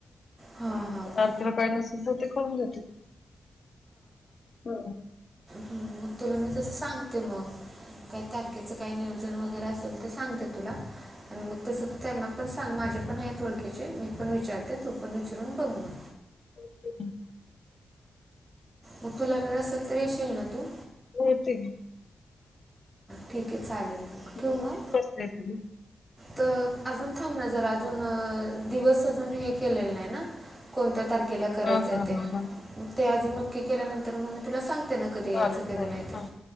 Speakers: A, on the right; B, on the left.
A: हां हां
B: तारखेला काही नसेल तर ते करून घेतील, हो.
A: ह्म्म.. तुला मी तसं सांगते मग काय तारखेच. काय नियोजन वगैरे असेल ते सांगते तुला आणि मग तस त त्यांना पण सांग माझ्या पण आहेत व ओळख्याचे मी पण विचारते तू पण विचारून बघ म
B: होते ना.
A: मग तुला वेळ असेल तर.. येशील ना तू?
B: हो ते ही.
A: ठीके चालेल मग..
B: किती
A: ठेऊ म?
B: वाजता येते मी
A: तर अजून थांब ना जरा अजून दिवस अजून हे केले नाही ना कोणत्या तारखेला करायच
B: हा
A: आहे
B: हा
A: ते?
B: हा हा
A: ते अजून की केल्या नंतर म तुला सांगते ना कधी
B: चालेल
A: यायचं
B: चालेल
A: कधी नाही ते
B: हा